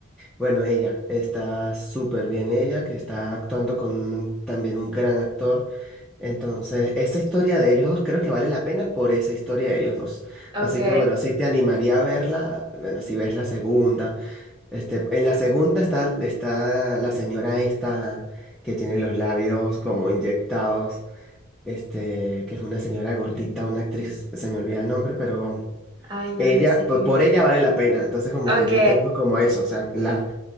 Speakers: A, in the centre; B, on the right (about 20°).
A: Bueno, ella está súper bien, ella que está actuando con un- también un gran actor. Entonces, esa historia de ellos dos creo que vale la pena por esa historia de ellos dos.
B: ok.
A: Así que bueno, sí te animaría a verla, bueno, si ves la segunda. Este, en la segunda está, está la señora esta que tiene los labios como inyectados, este, que es una señora gordita, una actriz, se me olvida el nombre, pero
B: Ay, no,
A: ella,
B: no sé
A: po-
B: quién
A: por,
B: es.
A: ella vale la pena. Entonces, como
B: Ok,
A: que yo tengo como eso, o sea, las